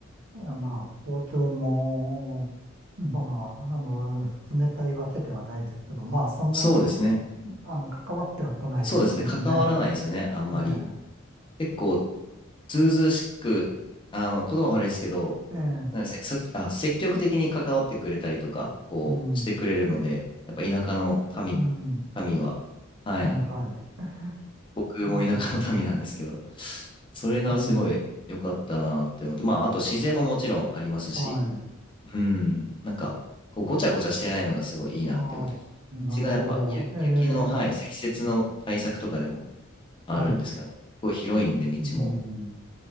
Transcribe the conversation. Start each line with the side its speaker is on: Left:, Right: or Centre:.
Right: いやまあ、東京も、まあ、あの、冷たいわけではないですけど、まあ、そんなに、
Left: そうですね。
Right: あの、関わっては来ないですんでね。
Left: そうですね。関わらないですよね、あんまり。
Right: ええ、
Left: 結構、ずうずうしく、あの、言葉悪いですけど、
Right: ええ、
Left: なんかせ、そ、あ、積極的に関わってくれたりとか、こう、
Right: うん。
Left: してくれるので、やっぱ田舎の民、
Right: うん。
Left: 民は、はい。
Right: えは
Left: 僕も田舎の民なんですけど、
Right: い。えー
Left: それがすごい良かったなって思って、
Right: うん。
Left: まあ、あと自然ももちろんありますし、
Right: はい。
Left: うん、なんか、こう、ごちゃごちゃしてないのがすごいいいなって思って、
Right: ああ、すなるほど。
Left: 道がやっぱ、ゆ雪の、
Right: ええ、
Left: はい、積雪の対策とかでもあるんですけどね、
Right: はい。
Left: すごい広いんで、道も
Right: うん。